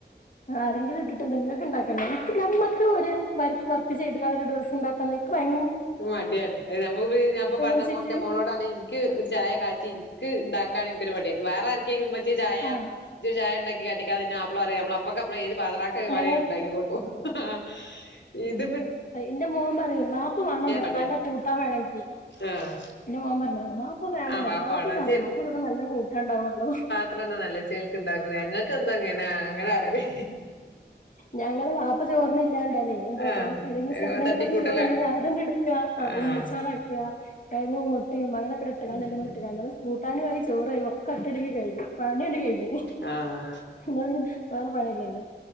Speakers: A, on the left; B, on the left.
A: ആരെങ്കിലും ഇട്ടിട്ടെന്താ ഇങ്ങക്ക്ണ്ടാക്കണ്ടേ ഇപ്പ നമ്മക്ക് ഒര് വർക്ക് വർക്ക് ചെയ്ത്കാണ്ട് ഒരു ഡ്രസ്ണ്ടാക്കാന്നാ ഇൻക് ഭയ്
B: മടിയാണ് അത് നമ്മക്ക്പ്പി ഞാപ്പ പർഞ്ഞ
A: വെച്ചിട്ട്
B: മോന്റെ മോളോടാണ് ഇൻക്ക് ഒര് ചായ കാച്ചി ഇൻക്ക് ഇണ്ടാക്കാൻ ഇൻകൊര് മടിയാ വേറാര്കേലു ഇമ്മച്ചി ചായ
A: ആ
B: ഇജ്ജൊരു ചായണ്ടാക്കിക്കാട്ടിക്കാന്ന് ഇൻ്റെ മാപ്പള പറിം നമ്മളപ്പക്കപ്പള് ഏത് പാതിരാ <unintelligible> വാണേലും
A: ഏ
B: ഇണ്ടാക്കി കൊട്ക്കും ആഹ് ഇത് പിന്നെ
A: ഇന്റെ മോൻ പറിം വാപ്പ വാണം ബടെ
B: മടിയാ
A: നല്ല കൂട്ടാൻ വേണെങ്കി
B: ആഹ്
A: ഇന്റെ മോൻ പറഞ്ഞത് വാപ്പ വേണം
B: ആഹ്
A: ബടെ വാപ്പ
B: വേണം അത്
A: പറയണം അപ്പൊവടെ നല്ല കൂട്ടാണ്ടാവൊള്ളു
B: ഇത്രന്നെ നല്ല ചേൽക്ക് ഉണ്ടാക്ക്ന്ന ഞങ്ങക്കെന്നുങ്ങനാ അങ്ങനെ പറയല്
A: ഞങ്ങള് വാപ്പ ചോറിനില്ലാണ്ടല് എന്താട്ടും
B: ആഹ്
A: ഏതെങ്കിലും സെക്കനൻ്റ്
B: തട്ടിക്കൂട്ടലാണ്
A: കൊർച്ച് ചോറുണ്ടെങ്കി അതണ്ട് കാ അ
B: ആഹ്
A: ഉള്ളിച്ചോറാക്ക കെഴങ്ങും മുട്ടിം അങ്ങനൊക്കണ്ട്ട്ട്കാണ്ട്
B: ഉം
A: എല്ലാം കൂടിട്ട്കാണ്ട്ള്ള കൂട്ടാനു ആയി ചോറായി ഒക്കൊറ്റടിക്ക് കഴിഞ്ഞു പണിയാണ്ട് കഴിഞ്ഞ്
B: ആഹ്
A: എന്നാ പിന്നെ വേറെ പണില്ലല്ലോ